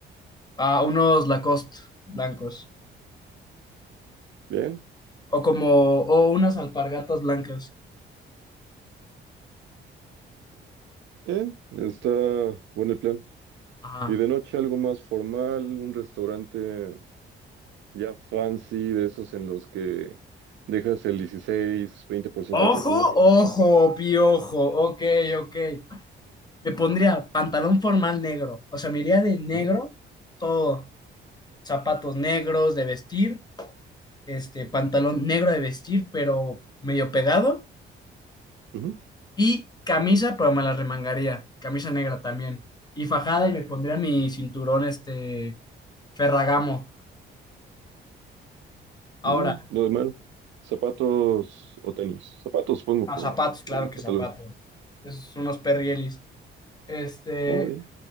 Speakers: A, on the left (about 20°); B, on the right (about 70°).
A: Ah, unos Lacoste blancos.
B: bien,
A: O como, o unas alpargatas blancas.
B: bien. Está bueno el plan.
A: Ajá.
B: Y de noche algo más formal, un restaurante ya fancy, de esos en los que dejas el dieciséis veinte por ciento
A: Ojo,
B: de propina.
A: ojo, piojo. Ok, ok. Me pondría pantalón formal negro. O sea, me iría de negro
B: Ujú,
A: todo. zapatos negros de vestir, este pantalón negro de vestir, pero medio pegado,
B: ujú,
A: y camisa, pero me la remangaría, camisa negra también, y fajada y me pondría mi cinturón este Ferragamo. Ahora,
B: mm, nada mal. Zapatos o tenis. Zapatos pongo
A: a
B: por
A: zapatos, claro
B: el
A: que
B: pantalón.
A: zapatos, esos son unos perrielis. Este,
B: Ah, bien.